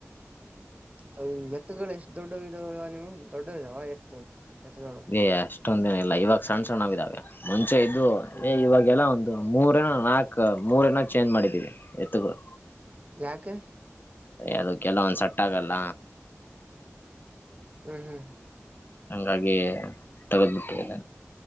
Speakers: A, on the right; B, on the left.
A: ಹ್ಮ್ ಎತ್ತುಗಳು ಎಷ್ಟು ದೊಡ್ಡ ಇದಾವ ನೀವು ದೊಡ್ಡ ಇದಾವ ಎತ್ತು ಎತ್ತುಗಳು
B: ಯ ಅಷ್ಟೊಂದೇನ ಇಲ್ಲ ಇವಾಗ ಸಣ್ಣ ಸಣ್ಣ ಇದಾವೆ ಮುಂಚೆ ಇದ್ದದು
A: ಹ್ಮ್
B: ಏ
A: ಹ್ಮ್
B: ಇವಾಗ
A: ಹ್ಮ್
B: ಎಲ್ಲ ಒಂದು ಮೂರನ ನಾಕ ಮೂರನ ಚೇಂಜ್ ಮಾಡಿದ್ದೀವಿ ಎತ್ತುಗಳು
A: ಯಾಕೆ
B: ಅ ಅದು ಕೆಲವೊಂದ್ ಸಟ್ಟ ಆಗಲ್ಲ
A: ಹ್ಮ್ ಹ್ಮ್
B: ಹಂಗಾಗಿ ತಗದ್ಬಿಟ್ಟಿದೆಲ್ಲ